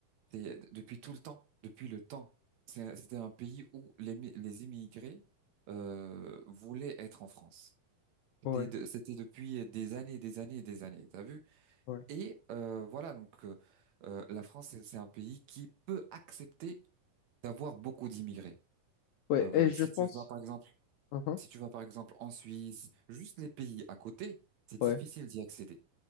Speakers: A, on the right; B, on the left.
A: c'est- depuis tout le temps, depuis le temps, c'est- c'était un pays où les, mi- les immigrés euh, voulaient être en France. C'était
B: Ouais,
A: de- c'était depuis des années, des années, des années. T'as vu?
B: ouais.
A: Et euh, voilà, donc euh, euh, la France, c'est c'est un pays qui peut accepter d'avoir beaucoup d'immigrés.
B: Ouais,
A: Euh,
B: et je
A: si
B: pense.
A: tu vas, par exemple
B: Mhm.
A: Si tu vas par exemple en Suisse, juste les pays à côté, c'est difficile
B: Ouais,
A: d'y accéder